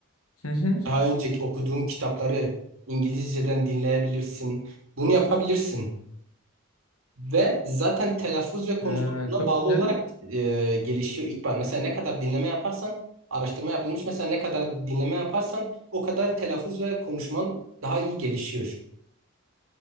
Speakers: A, on the left; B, on the right.
A: Hı hı.
B: daha önce okuduğun kitapları İngilizceden dinleyebilirsin. Bunu yapabilirsin. Ve zaten telaffuz ve konuşma
A: Aa,
B: buna
A: çok
B: bağlı
A: güzel.
B: olarak e, gelişiyor İkbal. Mesela ne kadar dinleme yaparsan, araştırma yapılmış mesela ne kadar dinleme yaparsan o kadar telaffuz ve konuşman daha iyi gelişiyor.